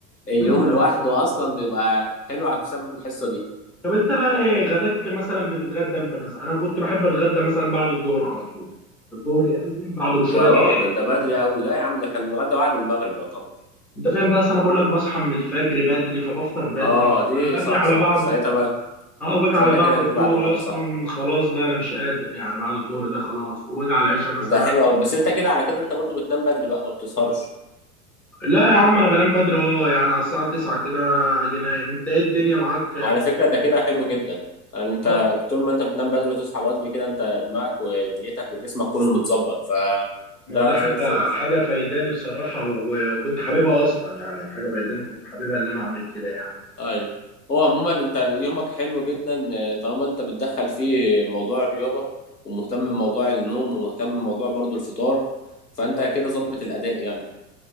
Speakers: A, on the left (about 85°); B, in the centre.
A: اليوم
B: مم، طبعا
A: لوحده اصلا بيبقى حلو على بسبب الحصة دي
B: طب انت بقى ايه غداك مثلا بتتغدى امتى مثلا انا كنت بحب اتغدى مثلا بعد الظهر على طول الظهر يأذن بعده بشويه
A: يا
B: جه.
A: راجل ده بدري قوي لا يا عم ده احنا بنتغدى بعد المغرب يعتبر
B: انت فاهم بس انا بقول لك بصحى من الفجر بدري فبفطر بدري
A: اه دي
B: باجي
A: صح
B: على
A: صح
B: بعضه
A: ساعتها بقى
B: اه باجي
A: ساعتها
B: على بعض
A: كده هتيجي
B: الظهر
A: بعد الغدا
B: اصلا
A: صح
B: خلاص بقى انا مش قادر يعني بعد الظهر ده خلاص وباجي على العشاء مثلا
A: ده حلو قوي بس انت كده على كده انت برضو بتنام بدري بقى ما بتسهرش
B: لا يا عم انا بنام بدري اه يعني على الساعه 9 كده اجي نايم انت ايه الدنيا معاك
A: على فكرة ده كده حلو جدا انت
B: اه
A: طول ما انت بتنام بدري وتصحى بدري كده انت دماغك ودنيتك وجسمك كله متظبط فده
B: ما هو ده حاجة
A: زي الفل
B: حاجة فايداني بصراحة وكنت حاببها أصلا يعني حاجة فايداني كنت حاببها إن أنا أعمل كده يعني و-
A: ايوه هو عموما انت يومك حلو جدا آه، طالما انت بتدخل فيه موضوع الرياضة ومهتم بموضوع النوم ومهتم بموضوع برضو الفطار فانت كده ظبط الاداء يعني